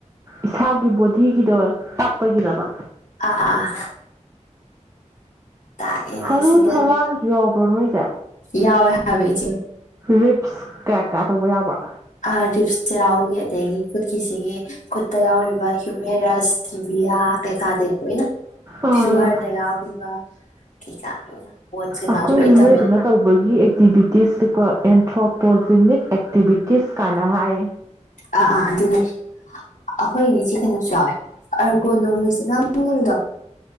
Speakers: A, on the right; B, on the left.
A: ꯏꯁꯥꯒꯤ ꯕꯣꯗꯤꯒꯤꯗꯣ ꯇꯥꯛꯄꯒꯤꯔꯕ
B: ꯑꯥ ꯑꯥ ꯇꯥꯛꯑꯦ
A: ꯁꯔꯨ
B: ꯁꯤꯗ
A: ꯁꯔꯥ ꯌꯣ ꯄꯔꯣꯏ
B: ꯌꯥꯎꯋꯦ ꯍꯥꯏꯕ ꯏꯆꯦ
A: ꯔꯤꯞꯁ ꯀ ꯀ ꯇꯧꯕ ꯌꯥꯕ꯭ꯔꯥ
B: ꯑꯥꯔ ꯗꯤꯞꯁ ꯌꯥꯎꯏ ꯑꯗꯒꯤ ꯈꯨꯠꯀꯤꯁꯤꯒꯤ ꯈꯨꯠꯇ ꯌꯥꯎꯔꯤꯕ ꯍꯤꯌꯨꯃꯦꯔꯁ ꯊꯤꯕꯤꯌꯥ ꯀꯩꯀꯥꯗꯤ ꯂꯣꯏꯅ
A: ꯑꯥ
B: ꯐꯤꯌꯃꯔꯗ ꯌꯥꯎꯔꯤꯕ ꯀꯩꯀꯥ ꯂꯣꯏꯅ ꯕꯣꯟꯁ ꯀꯩꯀꯥꯁꯨ
A: ꯑꯩꯈꯣꯏ
B: ꯂꯣꯏ
A: ꯃꯤꯑꯣꯏꯕꯅ
B: ꯇꯝꯃꯦ
A: ꯇꯧꯕꯒꯤ ꯑꯦꯛꯇꯤꯚꯤꯇꯤꯁꯁꯤꯀꯣ ꯑꯦꯟꯊ꯭ꯔꯣꯄꯣꯖꯤꯦꯅꯤꯛ ꯗꯦꯕꯤꯇꯤꯁ ꯀꯅ ꯍꯥꯏ
B: ꯑꯥ ꯑꯥ ꯑꯗꯨꯅꯦ ꯑꯩꯈꯣꯏꯅꯦ ꯁꯤ ꯀꯩꯅꯣꯁꯨ ꯌꯥꯎꯋꯦ ꯑꯥꯔꯒꯣꯅꯣꯃꯤꯁꯔꯤꯗꯣ